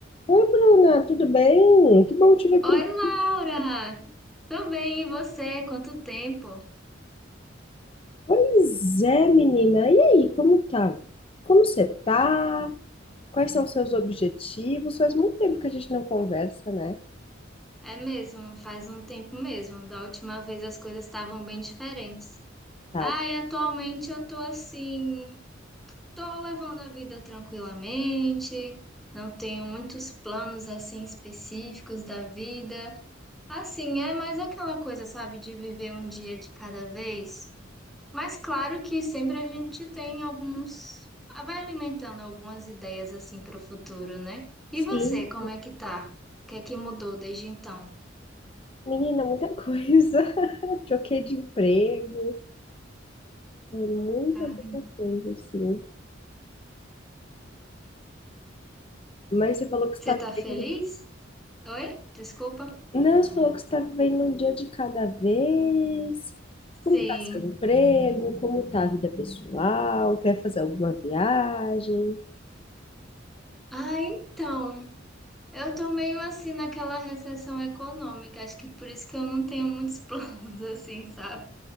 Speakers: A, on the left; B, in the centre.
A: Oi, Bruna, tudo bem? Que bom te ver por
B: Oi,
A: aqui.
B: Laura! Tô bem, e você? Quanto tempo?
A: Pois é, menina. E aí, como tá? Como você tá? Quais são os seus objetivos? Faz muito tempo que a gente não conversa, né?
B: É mesmo, faz um tempo mesmo. Da última vez as coisas estavam bem diferentes.
A: Tá.
B: Ah, e atualmente eu tô assim, tô levando a vida tranquilamente, não tenho muitos planos assim específicos da vida. Assim, é mais aquela coisa, sabe, de viver um dia de cada vez. Mas claro que sempre a gente tem alguns, ah, vai alimentando algumas ideias assim para o futuro, né? E
A: Sim.
B: você, como é que tá? O que é que mudou desde então?
A: Menina, muita coisa. <laughs> Troquei de emprego. Muita,
B: Ah,
A: muita coisa, assim. Mas você falou que está
B: Você tá feliz?
A: vivendo.
B: Oi? Desculpa.
A: Não, você falou que você está vivendo um dia de cada vez.
B: Sim.
A: Como está seu emprego? Como está a vida pessoal? Quer fazer alguma viagem?
B: Ah, então, eu tô meio assim naquela recessão econômica, acho que por isso que eu não tenho muitos <laughs> planos assim, sabe?